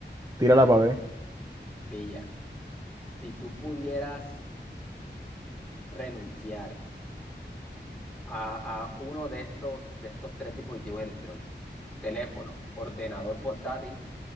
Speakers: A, on the right (about 20°); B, in the centre.
A: Tírala para ver.
B: Pilla. Si tú pudieras renunciar a, a uno de estos, de estos tres dispositivos electrónicos, teléfono, ordenador portátil